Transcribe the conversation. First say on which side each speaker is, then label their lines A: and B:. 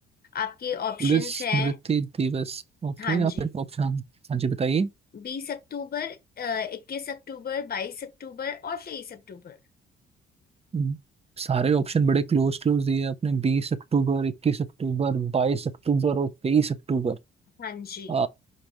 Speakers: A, on the left; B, on the right.
A: आपके ऑप्शंस
B: पुलिस
A: हैं
B: स्मृति दिवस ओके
A: हाँ जी
B: आप मेरे को ऑप्शन हाँ जी बताइए
A: बीस अक्टूबर इक्कीस अक्टूबर बाईस अक्टूबर और तेईस अक्टूबर
B: हम्म, सारे ऑप्शन बड़े क्लोज क्लोज दिए आपने बीस अक्टूबर इक्कीस अक्टूबर बाईस अक्टूबर और तेईस अक्टूबर
A: हाँ जी
B: आ,